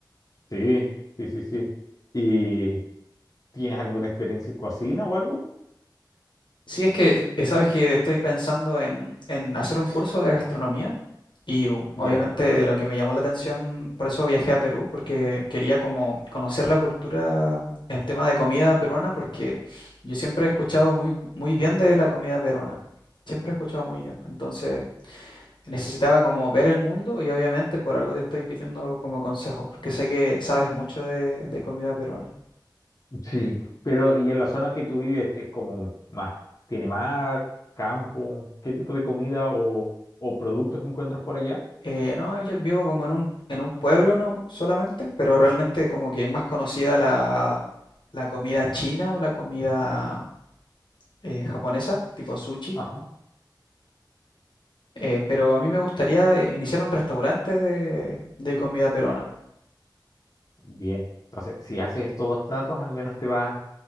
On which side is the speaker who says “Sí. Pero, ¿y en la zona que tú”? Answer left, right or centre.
Left